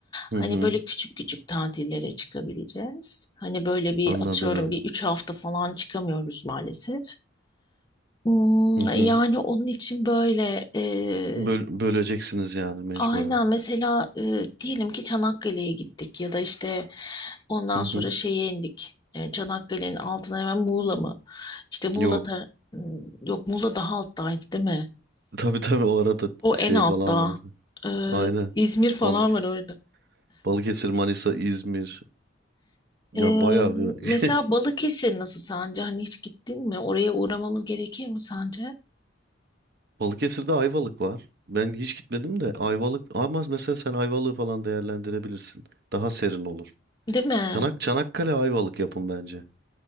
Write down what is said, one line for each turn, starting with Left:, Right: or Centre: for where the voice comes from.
Right: Hı
Left: Hani
Right: hı.
Left: böyle küçük küçük tatillere çıkabileceğiz. Hani böyle bir
Right: Anladım.
Left: atıyorum bir üç hafta falan çıkamıyoruz maalesef. Hmm,
Right: Hı hı.
Left: yani onun için böyle e,
Right: Böl- böleceksiniz yani mecburen.
Left: aynen mesela e, diyelim ki Çanakkale'ye gittik ya da işte ondan
Right: Hı hı.
Left: sonra şeye indik. E, Çanakkale'nin altına hemen Muğla mı? İşte Muğla
Right: Yok.
Left: tar- Hmm, yok Muğla daha alttaydı değil mi?
Right: <laughs> Tabii tabii o arada
Left: O
Right: şey
Left: en altta.
Right: falan var.
Left: Ee,
Right: Aynen.
Left: İzmir falan
Right: Balık.
Left: var orada.
Right: Balıkesir, Manisa, İzmir. Yani
Left: Ee,
Right: bayağı bir
Left: mesela
Right: <laughs>
Left: Balıkesir nasıl sence? Hani hiç gittin mi? Oraya uğramamız gerekir mi sence?
Right: Balıkesir'de Ayvalık var. Ben hiç gitmedim de Ayvalık ama mesela sen Ayvalık'ı falan değerlendirebilirsin. Daha serin olur.
Left: Değil mi?
Right: Çanak, Çanakkale Ayvalık yapın bence.